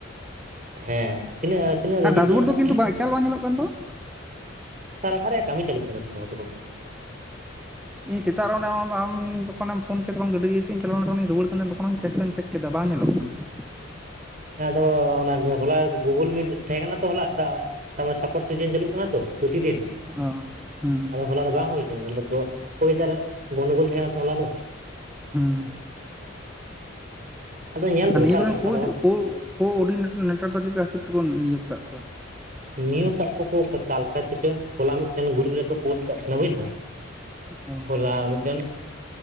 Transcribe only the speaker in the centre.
ᱟᱨ ᱰᱟᱥᱵᱳᱨᱰ
ᱫᱚ ᱠᱤᱱᱛᱩ
ᱮᱠᱟᱞ ᱵᱟᱝ ᱧᱮᱞᱚᱜ ᱠᱟᱱ ᱫᱚ
ᱤᱧ ᱥᱤᱛ ᱨᱮ <unintelligible> ᱟᱢ ᱛᱚᱠᱷᱱᱮᱢ ᱯᱷᱳ ᱠᱮᱫᱟ ᱛᱠᱷᱚᱱ ᱜᱟᱹᱰᱤᱭᱟᱹᱥᱮᱫ ᱤᱧ ᱪᱟᱞᱟᱣ ᱞᱮᱱᱟ ᱛᱚᱠᱷᱱᱤ ᱨᱩᱣᱟᱹᱲ ᱠᱟᱱᱟ ᱛᱚᱠᱷᱚᱱ ᱦᱚᱝ ᱪᱮᱠ ᱫᱚ ᱪᱮᱠ ᱠᱮᱫᱟ ᱵᱟᱝ ᱧᱮᱞᱚᱜ ᱠᱟᱱᱟ ᱾
ᱚ ᱦᱩᱸ
ᱦᱩᱸ
ᱟᱨ ᱱᱤᱭᱟᱹᱠᱚᱨᱮᱱ
ᱠᱳ-ᱠᱳ
ᱠᱳ ᱚᱰᱤᱱᱮᱴᱚᱨ ᱫᱚ ᱪᱮᱫ ᱠᱟ ᱦᱤᱥᱟᱹᱵ ᱛᱮᱠᱚ ᱱᱤᱭᱳᱜ ᱟᱠᱟᱫ ᱠᱚᱣᱟ ᱾
ᱚᱸ